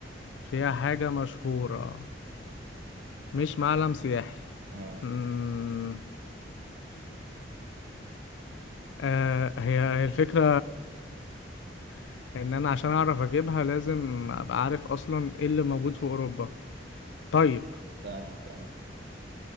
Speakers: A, on the left; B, on the right.
A: فيها حاجة مشهورة مش معلم سياحي
B: اه
A: امم آه هي هي الفكرة <laughs> ان انا عشان اعرف اجيبها لازم ابقى عارف اصلا ايه اللي موجود في اوروبا طيب
B: تمام تمام